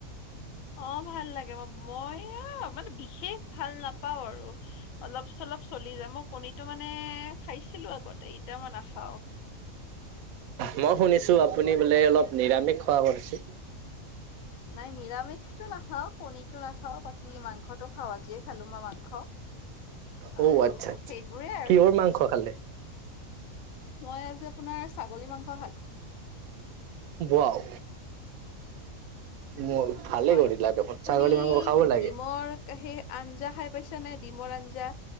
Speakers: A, on the left; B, on the right.
A: অ ভাল লাগে ম মই অ মানে বিশেষ ভাল নাপাও আৰু অলপ চ। অলপ চলি যায় মই কণীটো মানে খাইছিলোঁ আগতে এতিয়া মই নাখাওঁ।
B: মই শুনিছো আপুনি বোলে অলপ নিৰামিষ খোৱা কৰিচে।
A: নাই নিৰামিষটো নাখাও কণীটো নাখাওঁ বাকী মাংসটো খাওঁ আজিয়ে খালো মই মাংস।
B: অ
A: আৰু
B: আচ্ছা আচ্ছা
A: সেইবোৰেই আৰু।
B: কিহৰ মাংস খালে
A: মই আজি আপোনাৰ ছাগলী মাংস খালো।
B: উৱাও ম ভালে
A: হয়
B: কৰিলা দেখোন
A: তুমি
B: ছাগলী মাংস খাব লাগে।
A: ডিমৰ সেই আঞ্জা খাই পাইছা নে ডিমৰ আঞ্জা।